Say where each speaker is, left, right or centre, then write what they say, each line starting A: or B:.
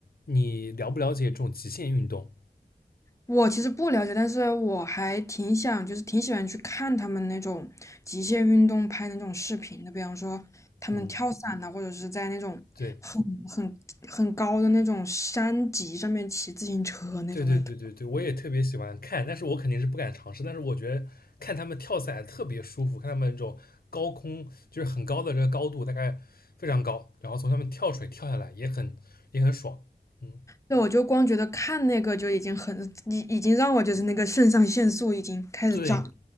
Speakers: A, on the left; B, on the left.
A: 你了不了解这种极限运动？
B: 我其实不了解，但是我还挺想，就是挺喜欢去看他们那种极限运动拍的那种视频的，比方说他们跳伞呐、
A: 嗯，
B: 或者是在那种很很很高的那种山脊上面骑自行车那种感觉。
A: 对，对对对对对，我也特别喜欢看，但是我肯定是不敢尝试。但是我觉得看他们跳伞特别舒服，看他们那种高空就是很高的这个高度，大概非常高，然后从上面跳水跳下来也很也很爽。嗯，
B: 对，我就光觉得看那个就已经很，已已经让我就是那个肾上腺素已经开始涨。
A: 对